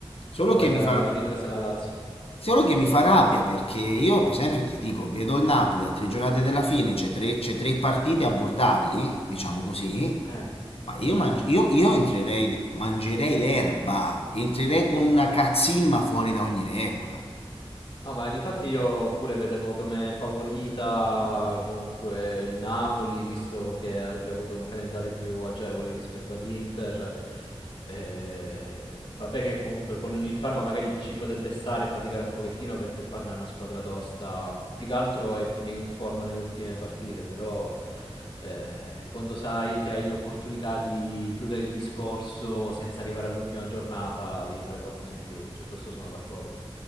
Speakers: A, on the left; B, on the left.
A: Solo
B: Poi
A: che
B: l'ha
A: mi fa...
B: l'ha ripresa la Lazio.
A: Solo che mi fa rabbia perché io, per esempio, ti dico, vedo il Napoli a tre giornate dalla fine, c'è tre, c'è tre partite abbordabili, diciamo così,
B: Eh,
A: ma io, mangi- io- io entrerei, mangerei l'erba, entrerei con una cazzimma fuori da ogni regola.
B: No, ma difatti io pure vedevo come favorita comunque il Napoli, visto che avrebbe avuto un calendario più agevole rispetto all'Inter. Eh, vabbè che comunque con il Parma magari ci potrebbe stare faticare un pochettino perché il Parma è una squadra tosta, più che altro è più in forma nelle ultime partite, però eh, quando sai che hai l'opportunità di chiudere il discorso senza arrivare all'ultima giornata, devi fare qualcosa in più, su questo sono d'accordo.